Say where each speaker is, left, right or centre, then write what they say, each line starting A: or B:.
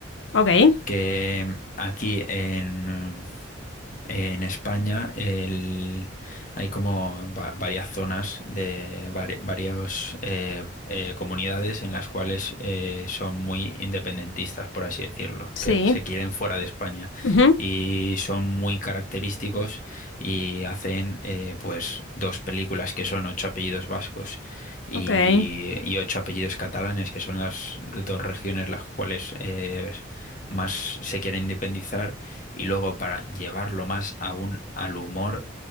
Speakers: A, on the left; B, on the left.
A: Ok,
B: que aquí en Eh, En España el- hay como va- varias zonas de vari- varias eh, eh, comunidades en las cuales eh, son muy independentistas, por así decirlo,
A: sí.
B: que, que se quieren fuera de España
A: Ujú,
B: y son muy característicos y hacen eh, pues dos películas que son ocho apellidos vascos y,
A: Ok,
B: y ocho apellidos catalanes, que son las dos regiones las cuales eh, más se quieren independizar y luego para llevarlo más aún al humor,